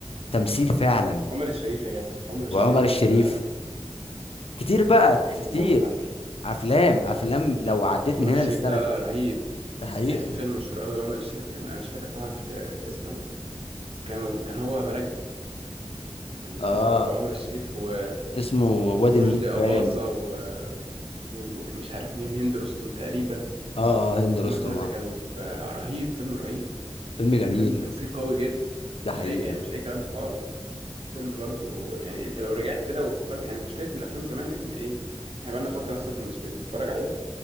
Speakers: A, on the left; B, on the right.
A: تمثيل فعلا
B: عمر الشريف يا جدع عمر الشريف
A: وعمر الشريف
B: انت
A: كتير بقى
B: احمد
A: كتير
B: مظهر
A: افلام افلام لو عديت
B: عمر
A: من هنا
B: الشريف
A: للسنه
B: ده رهيب
A: ده حقيقة
B: يعني في فيلم مشهور قوي عمر الشريف كان انا مش فاكر طبعا فكرة الاسم بس كان كان هو مراكبي كان مسافر
A: اه
B: هو عمر الشريف و...
A: اسمه وادي
B: ورشدي
A: النيل
B: أباظة
A: باين
B: و... ومش عارف مين هند رستم تقريبا
A: اه اه هند
B: هما
A: رستم
B: التلاتة
A: اه
B: كانوا في آه، رهيب فيلم رهيب
A: فيلم
B: يعني
A: جميل
B: فيلم تمثيل قوي جدا
A: ده
B: مش
A: حقيقة
B: أي يعني مش أي كلام خالص الفيلم برضو يعني أنت لو رجعت كده وفكرت يعني مشكلة إن أفلام زمان إن إيه إحنا بقالنا فترة مثلا مش بنتفرج عليها